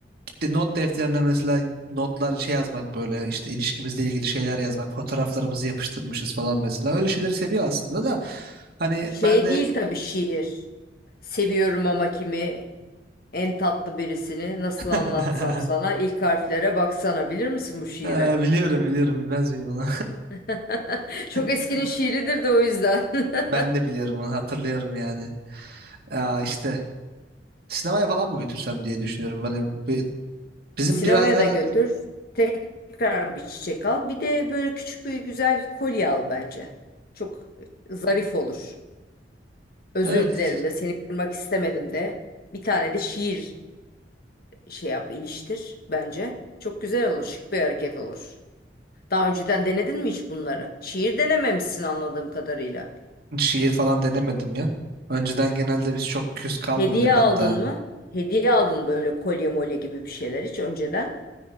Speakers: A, on the right (about 60°); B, on the left (about 55°).
A: de- not defterine mesela notlar şey yazmak böyle işte ilişkimizle ilgili şeyler yazmak fotoğraflarımızı yapıştırmışız falan mesela öyle şeyleri seviyor aslında da hani
B: şey
A: ben de
B: değil tabii şiir. Seviyorum ama kimi En tatlı birisini nasıl
A: <laughs>
B: anlatsam sana ilk harflere baksana bilir misin bu şiiri?
A: Ee, biliyorum biliyorum bilmez miyim onu
B: <laughs> Çok eskinin
A: <laughs>
B: şiiridir de o yüzden. <laughs>
A: ben de biliyorum onu hatırlıyorum yani Aa, işte sinemaya falan mı götürsem diye düşünüyorum hani bi- bizim
B: Sinemaya
A: biraz her,
B: da götür. Tekrar bir çiçek al. Bir de böyle küçük bir güzel kolye al bence. Çok zarif olur. Özür
A: Evet,
B: dilerim de seni kırmak istemedim de. Bir tane de şiir şey yap, iliştir bence. Çok güzel olur, şık bir hareket olur. Daha önceden denedin mi hiç bunları? Şiir denememişsin anladığım kadarıyla.
A: şiir falan denemedim ya. Önceden genelde biz çok küs kalmıyorduk
B: Hediye aldın
A: hatta.
B: mı? Hediye aldın böyle kolye molye gibi bir şeyler hiç önceden.